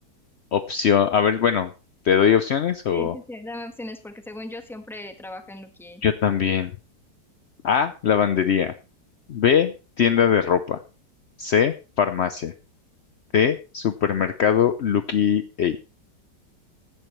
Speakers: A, on the left; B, in the centre.
A: Opción, a ver, bueno, ¿te doy opciones o
B: Sí, sí, sí, dame opciones porque según yo siempre trabaja en Lucky Aid.
A: yo también? A, lavandería. B, tienda de ropa. C, farmacia. D, supermercado Lucky Eight.